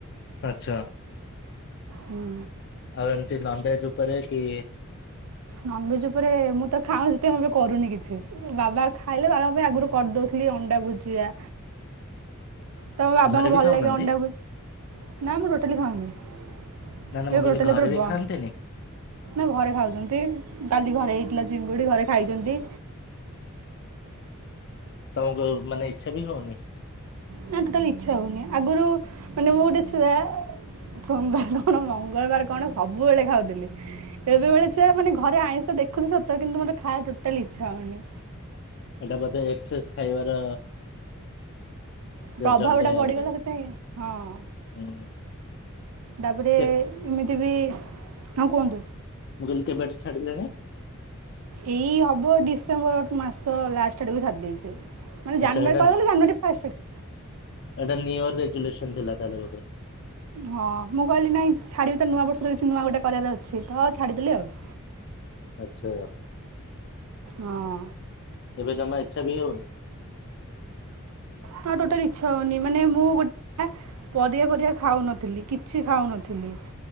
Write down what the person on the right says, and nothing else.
ହୁଁ।
ନନଭେଜ ଉପରେ ମୁଁ ତ ଖାଉନି ସେଥିପାଇଁ କରୁନି କିଛି ବାବା ଖାଇଲେ ବାବା ପାଇଁ ଆଗରୁ କରିଦଉଥିଲି ଅଣ୍ଡା ଭୁଜିଆ ତମ ବାବାଙ୍କୁ
ଭଲ
ଲାଗେ ଅଣ୍ଡାକୁ ନା ମୁଁ ଟୋଟାଲି ଖାଉନି। ଏ
ଟୋଟାକି
ପୁରା
ବନ୍ଦ
ନା ଘରେ ଖାଉଛନ୍ତି। ଛି କାଲି ଘରେ ହେଇଥିଲା ଚିଙ୍ଗୁଡି ଘରେ ଖାଇଛନ୍ତି।
ନା ଟୋଟାଲ ଇଚ୍ଛା ହଉନି ଆଗରୁ ମାନେ ମୁଁ ଗୋଟେ ଛୁଆ ସୋମବାର କଣ ମଙ୍ଗଳବାର କଣ ସବୁବେଳେ ଖାଉଥିଲି ଏବେବେଳେ ଛୁଆ ମାନେ ଘରେ ଆଇଁଷ ଦେଖୁଛି ସତ କିନ୍ତୁ ମୋର ଖାଇବାକୁ ଟୋଟାଲି ଇଛା ହଉନି।
ପ୍ରଭାବଟା
ପଡିଗଲା
ସେଥିପାଇଁ ହଁ।
ତାପରେ
ଏମିତି ବି ହଁ କୁହନ୍ତୁ?
ଏଇ ହବ ଡିସେମ୍ବର ମାସ ଲାଷ୍ଟ ଆଡକୁ ଛଡି ଦେଇଛି। ମାନେ
ଜାନୁଆରୀ
କହିବ ମାନେ ଜାନୁଆରୀ ଫାର୍ଟ ରୁ ଚଡ଼ି ଦେଇଛି।
ହଁ ମୁଁ କହିଲି ନାଇଁ ଛାଡିବି ତ ନୂଆ ବର୍ଷ କିଛି ନୂଆ ଗୋଟେ କରାର ଅଛି ତ ଛାଡିଦେଲି ଆଉ।
ହଁ।
ମୋର ଟୋଟାଲି ଇଚ୍ଛା ହଉନି ମାନେ ମୁଁ ଗୋଟେ ପରିବା ଫରିବା ଖାଉନଥିଲି କିଛି ଖାଉନଥିଲି।